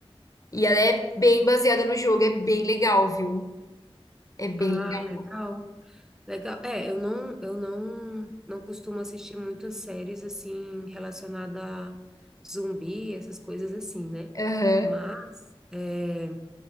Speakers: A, on the left (about 35°); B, in the centre.
A: E ela é bem baseada no jogo, é bem legal, viu? É bem
B: Ah,
A: legal.
B: legal. Legal. É, eu não, eu não, não costumo assistir muitas séries assim relacionada a zumbi, essas coisas assim, né?
A: Aham.
B: Mas é,